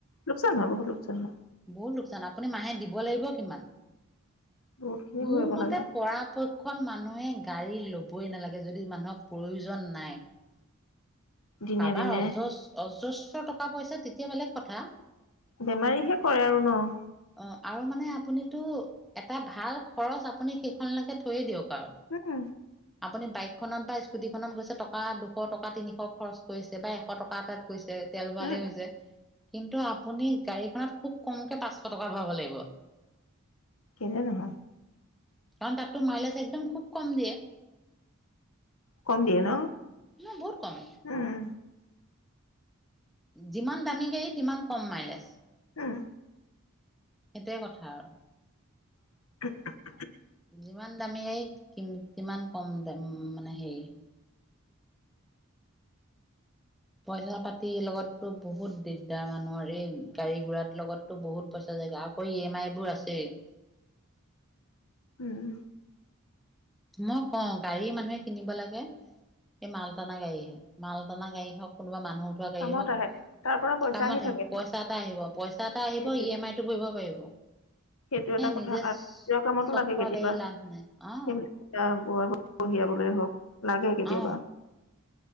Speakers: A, on the left (about 75°); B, in the centre.
A: লোকচান হয় বহুত লোকচান হয়
B: বহুত লোকচান আপুনি মাহে দিব লাগিব কিমান,
A: বহুত খিনি
B: মোৰ
A: ভৰিব
B: মতে
A: লাগে
B: পৰাপক্ষ খন মানুহে গাড়ী লবই নালাগে যদি মানুহক প্ৰয়োজন নাই।
A: দিনে
B: কাৰবাৰ
A: দিনে
B: অজস অজস্ৰ টকা পইচা তেতিয়া বেলেগ কথা।
A: বেমাৰীহে কৰে আৰু ন?
B: অ আৰু মানে আপুনিতো এটা ভাল খৰচ আপুনি সেইখনলৈকে থৈয়ে দিয়ক। আৰু।
A: হম।
B: আপুনি বাইকখনত বা স্কুটি খত গৈছে টকা দুশ টকা তিনিশ খৰচ বা এশ টকা এ তাত গৈছে তেল ভালে
A: উম
B: নিজে কিন্তু আপ আপুনি গাড়ীখনত খুব কমকে পাঁচশ টকা ভৰাব লাগিব।
A: কেলে নহৈ?
B: কাৰণ তাততো মাইলেজ একদম খুব কম দিয়ে।
A: কম দিয়ে ন?
B: ন বহুত কম।
A: উম
B: যিমান দামী গ়ী সিমান কম মাইলেজ।
A: উম।
B: সেইটোৱ কথা আৰু।
A: <unintelligible>
B: যিমান দামী গাড়ী সিমান কম দাম মানে হেৰি পইচা পাতিৰ লগতো বহুত দিগদাৰ মানুহৰ এই, গাড়ী গুৰাাত লগতো বহুত প্ৰচেছ জা আকৌ ই এম আই বোৰ আছেই
A: উম উ
B: মই কওঁ গাড়ী মানুহে কিনিব লাগে হেই মালটানা গাড়ীহে মালটানা গাড়ী হওক কোনোবা মানুহ উঠোৱা গাড়ী
A: কামত
B: হওক
A: আহে তাৰ পৰা পইচা
B: কামতহে
A: আহি থাকে
B: পইচা এটা আহিব পইচা এটা আহিব
A: সেইটোৱে
B: ই এম আই টো ভৰিব পাৰিব।
A: সেইটো এটা
B: এ
A: কথা,
B: নিজে
A: আত নিজৰ কামতো
B: চখ
A: লাগে
B: কৰা
A: কেতিয়াবা,
B: গাড়ী লাভ নাই অ
A: সেইবিলা আহ ব কঢ়িয়াবলৈ হওক লাগে কেতিয়াবা।
B: অ